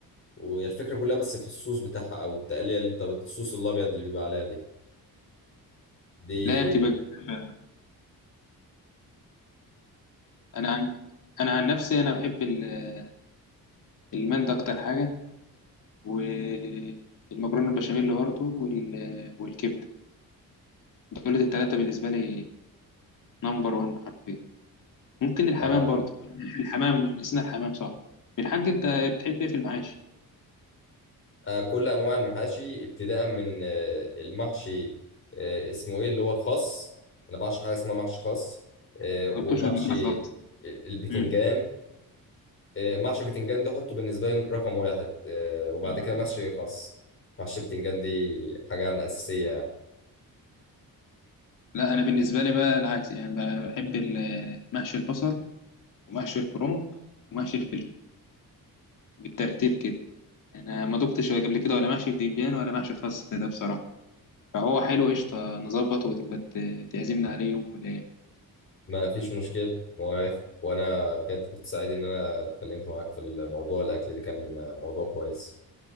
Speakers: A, on the left; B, on the left.
A: وهي الفكرة كلها بس في الصوص بتاعها أو التقلية اللي أنت الصوص الأبيض اللي بيبقى عليها دي دي
B: لا هي بتبقى جميلة فعلا. انا عن... انا عن نفسي انا بحب ال- المندي اكتر حاجه والمكرونه البشاميل برضه وال... والكبده دول الثلاثه بالنسبه لي نمبر 1 حرفيا ممكن الحمام
A: آه,
B: برضه الحمام نسينا الحمام صح الحاج انت بتحب ايه في المعاش
A: آه كل أنواع المحاشي ابتداء من آه المحشي آه اسمه إيه اللي هو الخاص أنا بعشق حاجة اسمها محشي خاص آه والمحشي
B: ما جبتوش قبل كده خالص
A: البتنجان
B: مم.
A: آه، محشي بتنجان ده حطه بالنسبة لي رقم واحد آه، وبعد
B: مم.
A: كده محشي خاص محشي بتنجان دي حاجة أنا أساسية يعني.
B: لا انا بالنسبه لي بقى العكس يعني بحب ال- محشي البصل ومحشي الكرنب ومحشي الفلفل بالترتيب كده انا ما دقتش قبل كده ولا محشي بتنجان ولا محشي خاص ده بصراحه فهو حلو قشطه نظبط وتبقى ت- تعزمنا عليه يوم في الايام
A: ما فيش مشكلة مواعيد وأنا بجد كنت سعيد إن أنا اتكلمت معاك في الموضوع الأكل ده كان موضوع كويس